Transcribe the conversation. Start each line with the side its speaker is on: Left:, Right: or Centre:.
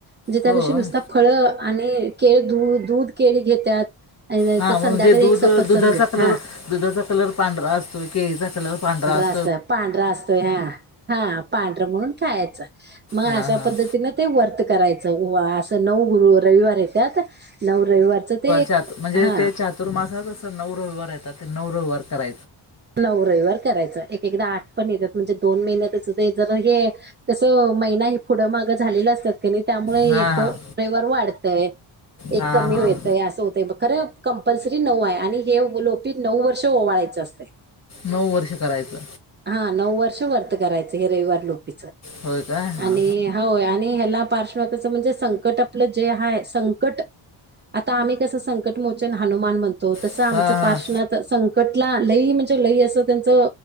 Right: म्हणजे त्या
Left: होय
Right: दिवशी नुसता फळ आणि केळ दूध, दूध केळी घेतात. आणि
Left: हा
Right: तर
Left: म्हणजे
Right: संध्याकाळी
Left: दूध
Right: एक सफरचंद
Left: दुधाचा
Right: घेत
Left: कलर
Right: हा
Left: दुधाचा कलर पांढरा असतो केळीचा कलर पांढरा अस
Right: अस पांढरा असतोय हा, हा पांढरं म्हणून खायाचं, मग
Left: हां
Right: अशा
Left: हां
Right: पद्धतीनं ते वर्त करायचं, व असं नऊ रविवार येत्यात, नऊ रविवारचं ते एक
Left: चातु म्हणजे
Right: हा
Left: ते चातुर्मासात असं नऊ रविवार येतात, ते नऊ रविवार करा
Right: नऊ रविवार करायचं, एक एकदा आठ पण येत्यात. म्हणजे दोन महिन्याच ते जर हे, तसं महिना हे पुढं माग ग झालेलं असतात क नाही त्यामुळे
Left: हां
Right: एक
Left: हां
Right: रविवार वाढतंय. एक
Left: हां
Right: कमी
Left: हां
Right: होेतंय असं होतंय मग खरं कंपल्सरी नऊ आहे, आणि हे लोपीत नऊ वर्ष ओवाळा च असतंय.
Left: नऊ वर्ष करायचं.
Right: हा नऊ वर्ष वर्त करायचं हे रविवार लोपीचं
Left: होय काय हां
Right: आणि होय आणि हेला पार्शवाताचं म्हणजे संकट आपलं जे आहे, संकट आता आम्ही कसं संकट मोचन हनुमान म्हण तो तसं
Left: हां
Right: आमच
Left: हां
Right: पार्षणात संकटला आलंही म्हणजे लई अस त्यांच